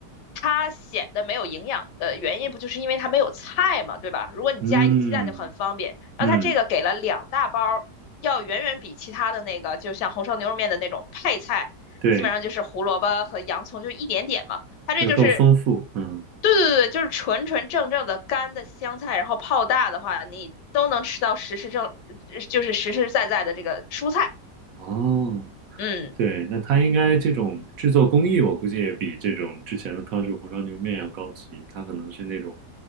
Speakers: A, on the left (about 80°); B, on the right (about 65°).
A: 它显得没有营养的原因，不就是因为它没有菜嘛，对吧？如果你加一个鸡蛋就很方便。
B: 嗯
A: 然后它这个给了两大包儿要远远比其他的那个，
B: 嗯，
A: 就像红烧牛肉面的那种配菜，
B: 对，
A: 基本上就是胡萝卜和洋葱，就一点点嘛。它这就是，
B: 要更丰富。嗯，
A: 对对对，就是纯纯正正的干的香菜，然后泡大的话，你都能吃到实实正，呃就是实实在在的这个蔬菜，
B: 哦，
A: 嗯，
B: 对，那它应该这种制作工艺，我估计也比这种之前的康师傅红烧牛肉面要高级。它可能是那种